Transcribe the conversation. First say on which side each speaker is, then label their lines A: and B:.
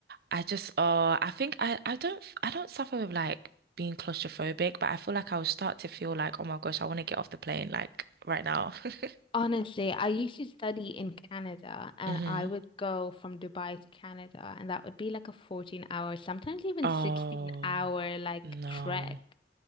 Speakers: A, on the right (about 55°); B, on the left (about 30°).
A: I just, uh, I think I, I don't, I don't suffer with like being claustrophobic, but I feel like I will start to feel like, oh my gosh, I want to get off the plane like right now. <laughs>
B: Honestly, I used to study in Canada and
A: Mm-hmm.
B: I would go from Dubai to Canada and that would be like a 14 hour, sometimes even
A: Oh,
B: 16 hour like
A: no.
B: trek.